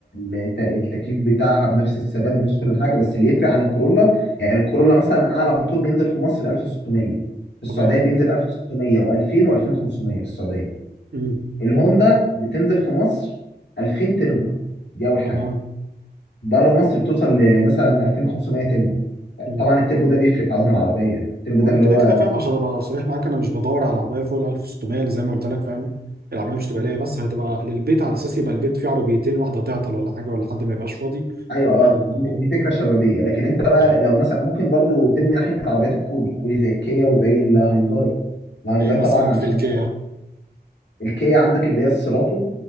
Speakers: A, on the left; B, on the right.
A: الت- التكييف بتاعها بنفس الثبات بنفس كل حاجه بس اللي يفرق عن الكورولا يعني الكورولا مثلا اعلى موتور بينزل في مصر 1600 في السعوديه
B: تمام
A: بينزل 1600 و2000 و2500 في السعوديه
B: مم.
A: الهوندا بتنزل في مصر 2000 تربو دي اول حاجه
B: تمام
A: بره مصر بتوصل لمثلا 2500 تربو
B: مم.
A: طبعا التربو ده بيفرق في عزم العربيه التربو
B: هو
A: ده
B: انا
A: اللي
B: كده
A: هو
B: كده فاهم عشان ابقى صريح معاك انا مش بدور على عربيه فوق ال 1600 زي ما قلت لك فاهم العربيه مش تبقى ليا بس هتبقى للبيت على اساس يبقى البيت فيه عربيتين واحده تعطل ولا حاجه ولا حد ما يبقاش فاضي
A: ايوه اه
B: آه.
A: دي دي فكره شبابيه لكن انت بقى
B: آه.
A: لو مثلا ممكن برضو ترمي ناحيه العربيات الكوري الكوري زي الكيا وزي الهيونداي الهيونداي
B: ايه مثلا
A: طبعا عشان
B: في الكيا
A: الكيا عندك اللي هي السيراتو